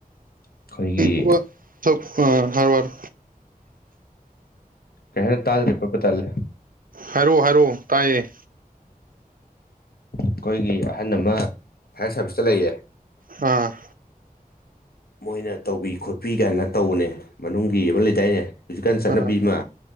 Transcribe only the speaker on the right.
ꯎ ꯊ ꯁ ꯑ ꯍꯔꯋꯥꯔ
ꯍꯥꯏꯔꯛꯑꯣ ꯍꯥꯏꯔꯛꯑꯣ ꯇꯥꯏꯌꯦ꯫
ꯑ
ꯑꯥ